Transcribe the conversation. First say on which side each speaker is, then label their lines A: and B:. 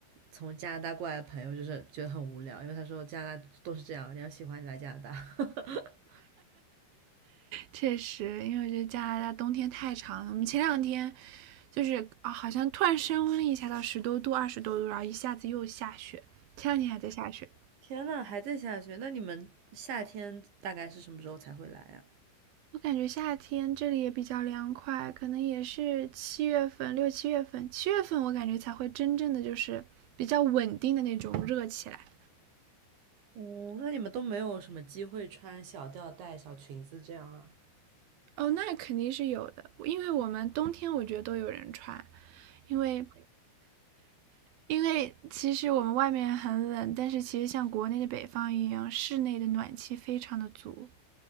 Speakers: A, on the right; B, on the right.
A: 从加拿大过来的朋友就是觉得很无聊，因为他说加拿大都是这样，你要喜欢你来加拿大。<laughs>
B: 确实，因为我觉得加拿大冬天太长了。我们前两天就是啊，好像突然升温了一下到十多度、二十多度，然后一下子又下雪，前两天还在下雪。
A: 天呐，还在下雪，那你们夏天大概是什么时候才会来啊？
B: 我感觉夏天这里也比较凉快，可能也是七月份、六七月份，七月份我感觉才会真正的就是比较稳定的那种热起来。
A: 哦，那你们都没有什么机会穿小吊带、小裙子这样啊？
B: 哦，那肯定是有的，因为我们冬天我觉得都有人穿，因为因为其实我们外面很冷，但是其实像国内的北方一样，室内的暖气非常的足，